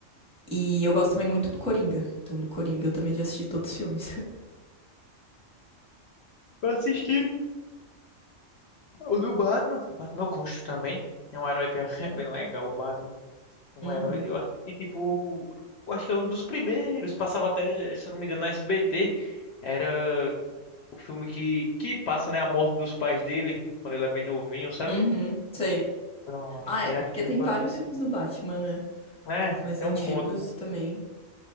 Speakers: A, in the centre; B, on the left.
A: E eu gosto também muito do Coringa. Então, do Coringa eu também já assisti todos os filmes. <laughs>
B: Eu assisti. O do Batman. O Batman eu gosto também. É um herói que é <laughs> bem legal, o Batman. Um
A: Uhum.
B: herói. Eu acho que, tipo. Eu acho que é um dos primeiros. Passava até, se eu não me engano, na SBT. Era o filme que, que passa, né? A morte dos pais dele, quando ele é bem novinho, sabe?
A: Uhum, sei.
B: Pronto,
A: Ah,
B: foi
A: é
B: aquele
A: é porque tem
B: que
A: vários
B: eu assisti.
A: filmes do Batman, né?
B: É,
A: Tem os mais
B: tem
A: antigos
B: um monte, né?
A: também.